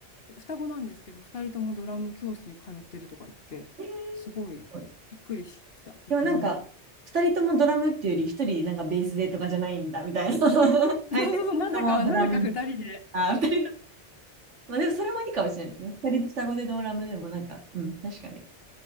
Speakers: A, on the left; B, on the right.
A: 双子なんですけど、二人ともドラム教室に通ってるとか言って、
B: へえ。すごい
A: すごいびっくりした。
B: でもなんか、
A: うんうん
B: 二人ともドラムっていうより、一人なんかベースでとかじゃないんだみたいな。<laughs> 相手ともドラムみたいな。
A: そうそうそう、なぜか、なぜか二人で。
B: あ、二人とも。まあでもそれもいいかもしれないですね。二人で双子でドラムでもなんか、うん、確かに。